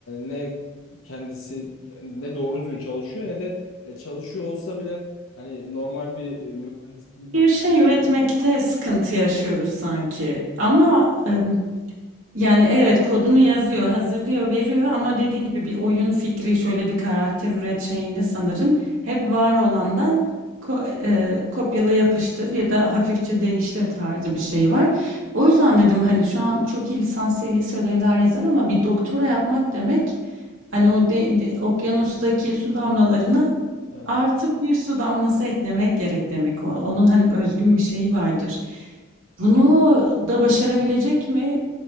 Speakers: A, on the left; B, on the right.
A: ne kendisi ne doğru düzgün çalışıyor ne de e, çalışıyor olsa bile hani normal bir e, mühendisin
B: Bir şey üretmekte sıkıntı yaşıyoruz sanki. Ama
A: Evet.
B: em, yani evet kodunu yazıyor, hazırlıyor, veriyor ama dediğin gibi bir oyun fikri, şöyle bir karakter üret şeyinde sanırım hep var olandan ko- e, kopyala yapıştır ya da hafifçe değiştir tarzı bir şey var. O yüzden dedim hani şu an çok iyi lisans seviyesi ödevler yazar ama bir doktora yapmak demek hani o de- de- okyanustaki su damlalarına
A: Evet.
B: artı bir su damlası eklemek gerek demek. O- onun hani özgün bir şeyi vardır. Bunu da başarabilecek mi?